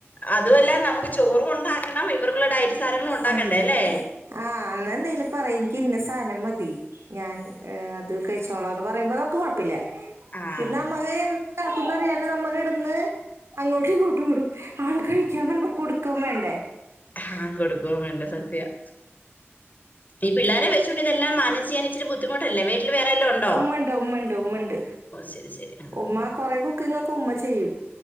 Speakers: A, on the left (about 40°); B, on the right (about 75°).
A: അതു അല്ല നമുക്ക് ചോറും ഉണ്ടാക്കണം ഇവർക്കുള്ള ഡയറ്റ് സാനങ്ങളും ഉണ്ടാക്കണ്ടേ
B: ആഹ്
A: ല്ലേ.
B: ആഹ് അന്ന് എന്തായലും പറയ് എനിക്ക് ഇന്ന സാധനം മതി ഞാൻ അത് കഴിച്ചോളാം എന്ന് പറയുമ്പോ നമുക്ക് കൊഴപ്പില്ല
A: ആഹ്
B: ഇതു നമ്മക്ക് ആക്കും എന്നറിയാണ്ട് നമ്മ കിടന്ന് അങ്ങോട്ടും ഇങ്ങോട്ട് ഓടും ആള് കഴിക്കാൻ വരുമ്പോ കൊടുക്കും വേണ്ടേ
A: ആഹ് കൊടുക്കും വേണ്ടേ സത്യം ഈ പിള്ളേരെ വെച്ചോണ്ട് ഇതെല്ലാം മാനേജ് ചെയ്യാൻ ഇച്ചിരി ബുദ്ധിമുട്ടല്ലേ വീട്ടിൽ വേറെ ആരേലും ഉ
B: ഉമ്മണ്ട് ഉമ്മണ്ട് ഉമ്മണ്ട്
A: ശരി ശരി ആഹ്
B: ഉമ്മ കൊറെ കുക്കിംഗ്‌ ഒക്കെ ഉമ്മ ചെയ്യും